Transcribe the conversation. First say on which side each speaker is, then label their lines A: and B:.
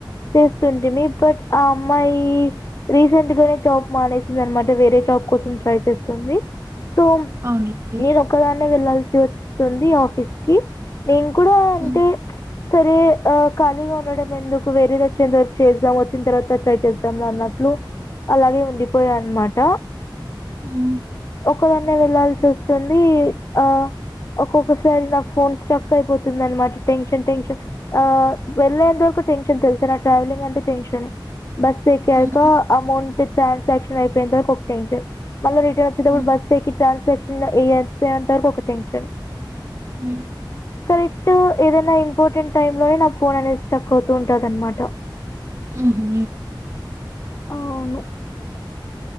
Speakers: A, on the left; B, on the right.
A: చేస్తుంటిమీ బట్ ఆ అమ్ మ్మాయి రీసెంట్గానే జాబ్ మానేసిందన్నమాట వేరే జాబ్ కోసం ట్రై చేస్తుంది. సో
B: అవునులేండి
A: నేన్ ఒక్కదాన్నే వెళ్లాల్సి వస్తుంది ఆఫీస్కి నేన్ కూడా అంటే
B: అ
A: సరే ఆ ఖాళీగా ఉండడం ఎందుకు వేరేది వచ్చేంత వరకు చేద్దాం వచ్చిన్ తర్వాత ట్రై చేద్దాంలె అన్న ట్లు అలాగే ఉండిపోయాన్నమాట.
B: అమ్
A: ఒక్కదాన్నే వెళ్లాల్సి వస్తుందీ ఆ ఒక్కొక్కసారి నా ఫోన్ స్టక్ అయిపోతుంది అనమాట టెన్షన్ టెన్షన్ వెళ్ళలేంత వరకు టెన్షన్ తెలుస నా ట్రావెలింగ్ అంటే టెన్షనే బస్ ఎక్కాక
B: హ్మ్
A: అమౌంట్ ట్రాన్సాక్షన్ అయిపోయెంత వరకు ఒక టెన్షన్ మళ్ళ రిటర్న్ వచ్చేటప్పుడు
B: హ్మ్
A: బస్ ఏక్కి ట్రాన్సాక్షన్ అయ్యే అంత వరకు ఒక టెన్షన్
B: మ్
A: కరెక్ట్ ఏదైనా ఇంపార్టెంట్ టైమ్ లోనే నా ఫోన్ అనేది స్టక్ అవుతూ ఉంటదన్న మాట
B: మ్ హు
A: అవును